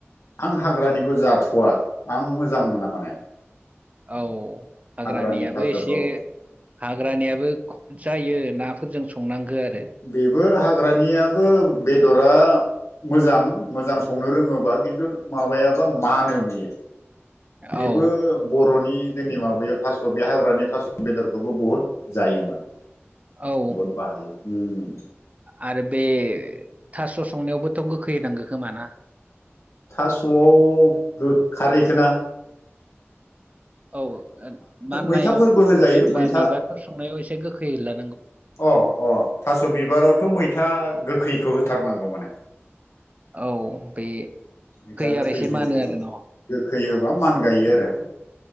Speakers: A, on the left; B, on the right.
A: आं हाग्रानिखौ जाथ'वा आं मोजां मोना माने।
B: औ हाग्रानियाबो
A: हाग्रानि थास'खौ
B: एसे हाग्रानियाबो जायो नाफोरजों संनांगोन।
A: बेबो हाग्रानियाबो बेदरा मोजां। मोजां संनो रोङोबा खिन्थु माबायाबा मानो
B: औ
A: बियो बेबो
B: औ
A: बर'नि जोंनि माबायाव थास' बे हाग्रानि थास' बेदरखौबो बुहुत जायो माने
B: औ
A: बहुद बाहायो। उम
B: आरो बे थास' संनायावबोथ' गोखै होनांगौ खोमाना।
A: थास'आव गो खारहैखोना।
B: औ माननायाव
A: मैथाफोरबो होजायो
B: जेनेबा
A: मैथा
B: बिबारफोर संनायाव एसे गोखैला
A: अ अ थास' बिबारावथ' मैथा गोखैखौ होथारनांगौ माने
B: औ बे
A: मैथा गोखै
B: आरो एसे
A: होयोबा
B: मानो आरो न'
A: गोखै होबा मान गायो आरो